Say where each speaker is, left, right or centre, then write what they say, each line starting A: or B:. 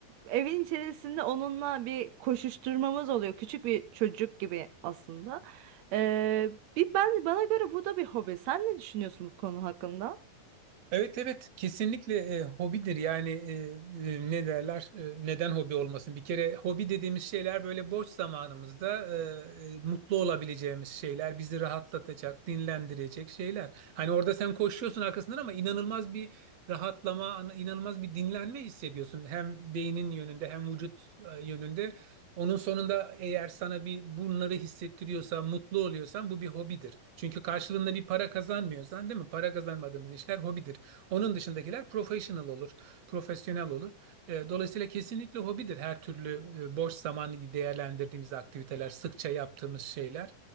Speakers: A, on the right; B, on the right.
A: evin içerisinde onunla bir koşuşturmamız oluyor küçük bir çocuk gibi aslında Eee, bir ben bana göre bu da bir hobi sen ne düşünüyorsun bu konu hakkında?
B: Evet evet kesinlikle e, hobidir yani e, e, ne derler E, neden hobi olmasın bir kere hobi dediğimiz şeyler böyle boş zamanımızda e, e, mutlu olabileceğimiz şeyler bizi rahatlatacak dinlendirecek şeyler hani orada sen koşuyorsun arkasından ama inanılmaz bir rahatlama an- inanılmaz bir dinlenme hissediyorsun hem beynin yönünde hem vücut e, yönünde onun sonunda eğer sana bir bunları hissettiriyorsa mutlu oluyorsan bu bir hobidir çünkü karşılığında bir para kazanmıyorsan değil mi para kazanmadığımız işler hobidir. Onun dışındakiler professional olur, profesyonel olur. E, dolayısıyla kesinlikle hobidir her türlü e, boş zamanı değerlendirdiğimiz aktiviteler, sıkça yaptığımız şeyler